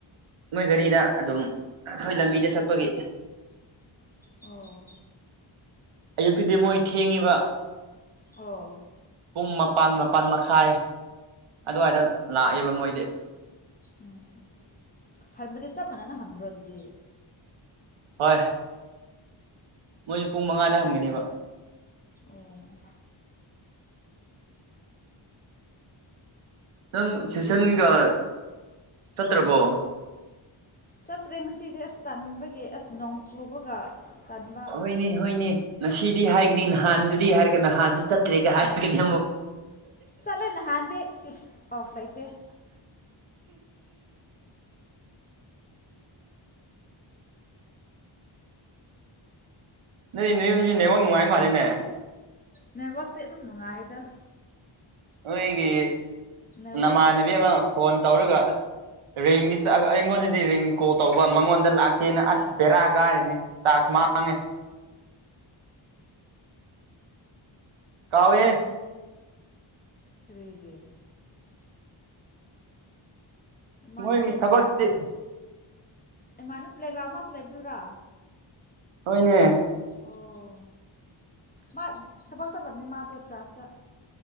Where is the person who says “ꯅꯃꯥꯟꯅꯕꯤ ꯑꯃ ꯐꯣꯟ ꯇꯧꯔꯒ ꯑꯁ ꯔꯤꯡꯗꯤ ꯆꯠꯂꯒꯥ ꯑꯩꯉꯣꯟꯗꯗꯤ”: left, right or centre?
Right